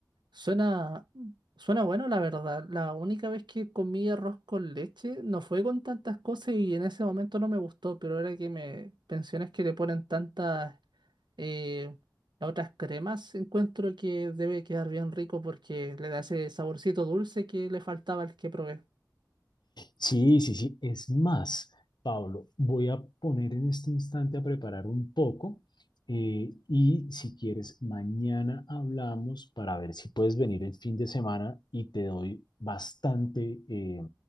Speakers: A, on the right; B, on the left.
A: suena, suena bueno, la verdad. La única vez que comí arroz con leche no fue con tantas cosas y en ese momento no me gustó, pero ahora que me pensiones que le ponen tantas Eh, las otras cremas encuentro que debe quedar bien rico porque le da ese saborcito dulce que le faltaba al que probé.
B: Sí, sí, sí. Es más, Pablo, voy a poner en este instante a preparar un poco eh, y si quieres, mañana hablamos para ver si puedes venir el fin de semana y te doy bastante eh,